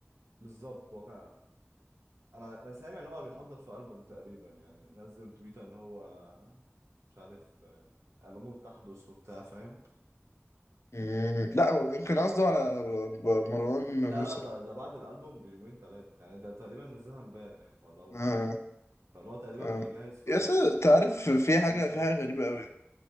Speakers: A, on the right; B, on the left.
A: بالظبط وك... انا سامع ان هو بيحضر في ألبوم تقريبا يعني نزل تويتر ان هو مش عارف الامور تحدث وبتاع فاهم
B: مم، لا هو يمكن قصده على ب- مروان
A: لا
B: موسى
A: لا ده ده بعد الألبوم بيومين ثلاثة يعني ده تقريبا نزلها امبارح ولا اول
B: آه.
A: امبارح فاللي هو تقريبا
B: آه.
A: بيجهز في
B: يا
A: ألبوم
B: اسطى انت عارف في
A: او
B: حاجه
A: EP.
B: في حاجه غريبه قوي